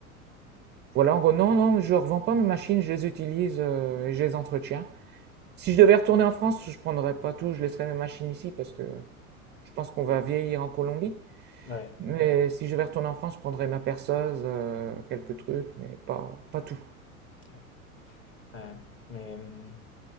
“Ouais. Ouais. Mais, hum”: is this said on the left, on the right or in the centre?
Left